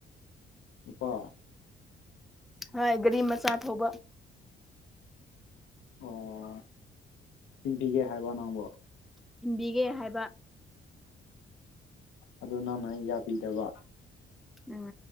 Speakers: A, on the left; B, in the centre.
A: ꯎꯄꯥ
B: ꯍꯣꯏ ꯒꯥꯔꯤ ꯃꯆꯥ ꯊꯧꯕ
A: ꯑꯣ ꯊꯤꯟꯄꯤꯒꯦ ꯍꯥꯏꯕꯣ ꯅꯪꯕꯣ
B: ꯊꯤꯟꯕꯤꯒꯦ ꯍꯥꯏꯕ
A: ꯑꯗꯨ ꯅꯪꯅ ꯌꯥꯕꯤꯗꯕ
B: ꯎꯝ